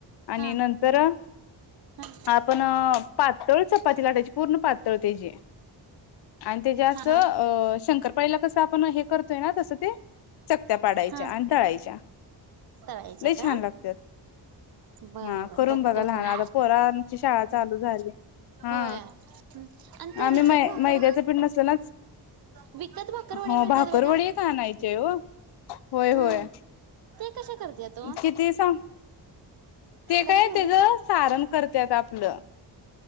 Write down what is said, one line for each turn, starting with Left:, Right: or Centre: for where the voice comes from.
Left: आणि
Right: हा
Left: नंतर,
Right: हा
Left: पण पातळ चपात लाटाची पूर्ण पातळ त्याची. आणि त्याच
Right: हा हा
Left: अस शंकरपाळीला कसं आपण हे करतोय ना तसं ते. चकत्या पाडायच्या
Right: हा
Left: आणि तळायच्या
Right: तळायच्या
Left: लई
Right: का
Left: छान लागतात.
Right: बर
Left: ह
Right: बर
Left: करून
Right: बघतो
Left: बघा लहान
Right: करून
Left: आता पोरांची शाळा चालू झाली. हा
Right: होय आणि ते
Left: आम्ही
Right: विकत
Left: मै
Right: भाकर
Left: मैद्याचं पीठ नसलेलाच
Right: विकत बकरकरवड्या
Left: हो
Right: मिळते
Left: भाकरवडी
Right: बघा.
Left: आणायचे ओ होय,
Right: हम्म
Left: होय
Right: ते कशा करते तो
Left: किती सां ते काय
Right: कधी घेऊलीस
Left: त्याचं
Right: ना
Left: सारण. <inaudible> आपलं